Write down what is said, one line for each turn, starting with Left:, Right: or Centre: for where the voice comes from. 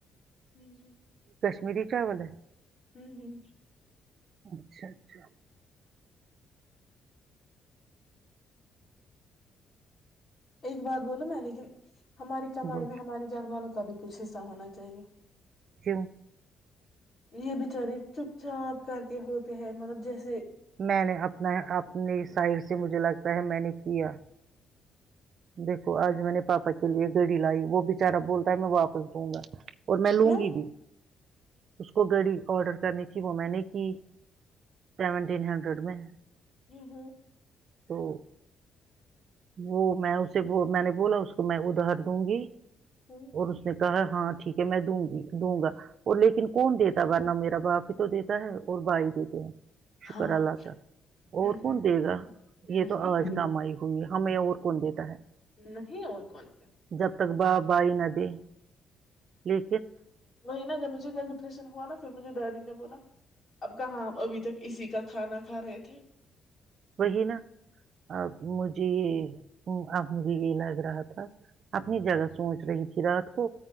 Left: ہوں جی
Right: میری چاول ہے
Left: ہوں ہوں
Right: اچھا اچھا
Left: ایک بات بولو میں لیکن ہماری کمائی
Right: بول
Left: میں ہماری جھر والوں کا بھی کچھ ایسا ہونا چاہیے
Right: ج
Left: یہ بچارے چپ چاپ کر کے ہوتے ہیں مطلب جیسے
Right: میں نے اپنا اپنی ساعر سے مجھے لگتا ہے میں نے کیا دیکھو آج میں نے پاپا کے لیے گڑی لائی وہ بچارا بولتا ہے میں واپس دوں گا اور میں لوں
Left: کیوں
Right: گی بھی اس کو گڑی آڈر کرنی تھی وہ میں نے کی سیمون تین ہنڈریڈ میں
Left: رو <inaudible>
Right: تو وہ میں اسے میں نے بولا اس کو میں ادھار دوں گی
Left: ہوں
Right: اور اسنے ا ہاں ٹھیک ہے میں دوں گی دوں گا لیکن کون دیتا ورنہ
Left: ہوں۔
Right: میرا باپ ہی تو دیتا تا ہے اور بھائی دیتے ہیں شکر
Left: ہاں ہوں
Right: اللہ ت اور
Left: ہوں
Right: کون دے گا یہ
Left: نہیں
Right: تو آج کام آئی ہوئی ہے ہمیں اور کون دیتا ہے
Left: نہیں اور کون کیا۔
Right: جب تک بہ بائی ندی جی
Left: وہ نا جب مجھے کل ڈپریشن ہوا نا پھر مجھے دادی نے بولا اب کہاں ابھی تک اسی کا کھانا کھا رہے تھے
Right: وہی نا اب مجھے یہ اب مجھے یہ لگ رہا تھا اپنی جگہ سوچ رہی تھی رات کو